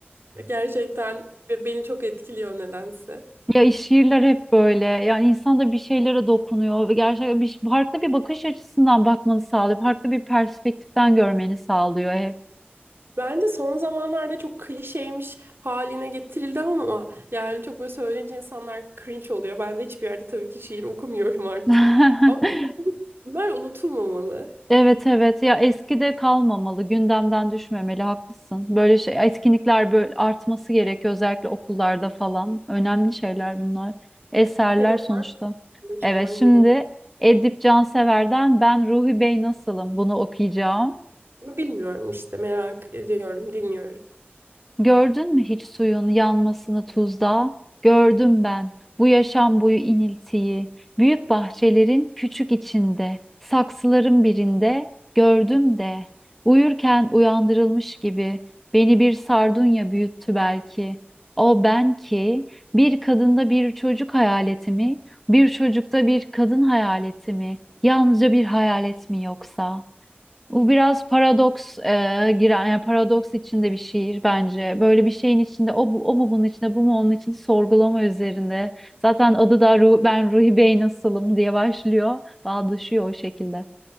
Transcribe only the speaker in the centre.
Ya şiirler hep böyle. Yani insan da bir şeylere dokunuyor ve gerçekten bir, farklı bir bakış açısından bakmanı sağlıyor. Farklı bir perspektiften görmeni sağlıyor hep.
<laughs>
Evet evet ya eskide kalmamalı gündemden düşmemeli haklısın. Böyle şey etkinlikler böyle artması gerekiyor özellikle okullarda falan. Önemli şeyler bunlar. Eserler
sonuçta.
Evet
şimdi
Edip Cansever'den Ben Ruhi Bey Nasılım bunu okuyacağım.
Gördün mü hiç suyun yanmasını tuzda? Gördüm ben bu yaşam boyu iniltiyi. Büyük bahçelerin küçük içinde, saksıların birinde gördüm de. Uyurken uyandırılmış gibi beni bir sardunya büyüttü belki. O ben ki bir kadında bir çocuk hayaleti mi, bir çocukta bir kadın hayaleti mi, yalnızca bir hayalet mi yoksa? Bu biraz paradoks e, giren yani paradoks içinde bir şiir bence. Böyle bir şeyin içinde o, bu, o mu bunun içinde bu mu onun için sorgulama üzerinde. Zaten adı da Ru- ben Ruhi Bey nasılım diye başlıyor. Bağdaşıyor o şekilde.